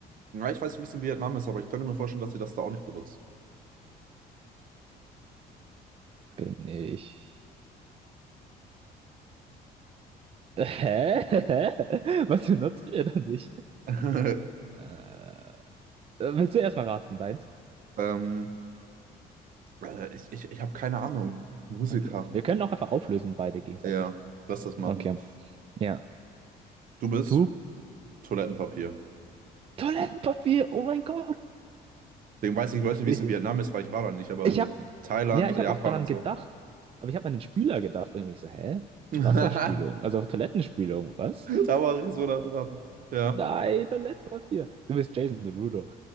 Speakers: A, on the right; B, on the right.
A: Ja, ich weiß nicht, wie es in Vietnam ist, aber ich könnte mir vorstellen, dass sie das da auch nicht benutzt.
B: bin ich. Hä? <laughs> Hä? Was benutzt ihr da nicht?
A: <laughs>
B: Äh, willst du erstmal raten, deins?
A: Ähm, äh, ich ich, ich habe keine Ahnung. Musiker.
B: Okay. Wir können auch einfach auflösen, beide gegenseitig.
A: Ja, lass das machen.
B: Okay. Ja.
A: Du bist
B: Du,
A: Toilettenpapier.
B: Toilettenpapier, oh mein Gott.
A: Deswegen weiß ich, Leute, wie
B: <laughs>
A: es in Vietnam ist, weil ich war da nicht, aber
B: Ich
A: so
B: hab,
A: Thailand,
B: ja, ich
A: Japan
B: hab auch daran
A: und
B: gedacht,
A: so.
B: aber ich hab an den Spüler gedacht. Und ich so, hä?
A: <laughs>
B: Wasserspülung,
A: Da
B: also Toilettenspülung, was?
A: war ich so nah dran. Ja.
B: Nein, Toilettenpapier. Du bist Jason Derulo.